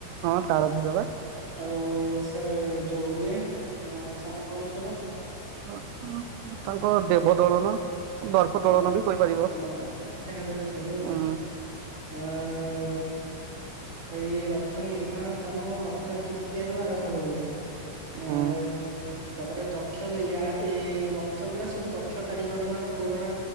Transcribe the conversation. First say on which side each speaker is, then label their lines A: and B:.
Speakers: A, on the right (about 80°); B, on the right (about 35°).
A: ହଁ ତାଳଧଜ ବା।
B: ଆଉ ସେ ଯୋଉ ଇଏ ସାନ ଭଉଣୀ
A: ତାଙ୍କର ଦେବ ଦଳନ ଦର୍ପ
B: ହଁ
A: ଦୋଳନ ବି କହିପାରିବ।
B: ହଁ ଯାହା କହିଲେ ଚଳିବ ଆଉ
A: ଉଁ
B: ଆ ଏଇ ରଥ ନିର୍ମାଣ କାମ ଅକ୍ଷୟ ତୃତୀୟାରୁ ଆରମ୍ଭ ହୁଏ। ଆ
A: ଉଁ
B: ତାପରେ ଦକ୍ଷୟ ଏଇ ରଥ ଗୁଡା ସବୁ ଦକ୍ଷ କାରିଗର ମାନେ ପୁରୁଣା